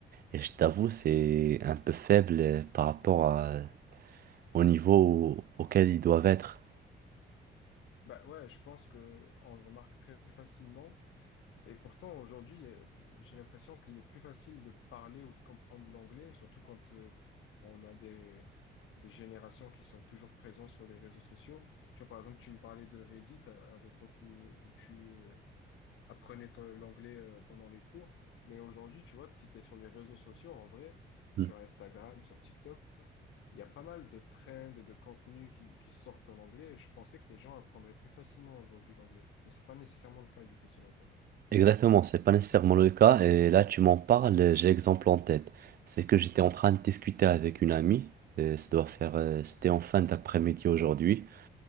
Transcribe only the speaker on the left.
bah ouais, je pense que on le remarque très facilement Et pourtant, aujourd'hui, euh, j'ai l'impression qu'il est plus facile de parler ou de comprendre l'anglais, surtout quand euh, on a des, des générations qui sont toujours présentes sur les réseaux sociaux. Tu vois, par exemple, tu me parlais de Reddit à, à l'époque où, où tu euh, apprenais ton- l'anglais euh, pendant les cours. Mais aujourd'hui, tu vois, si tu es sur les réseaux sociaux, en vrai, sur
Instagram, sur TikTok, il y a pas mal de trends et de contenus qui, qui sortent en anglais. Et je pensais que les gens apprendraient plus facilement aujourd'hui l'anglais. Mais c'est pas nécessairement le cas, du coup, selon toi.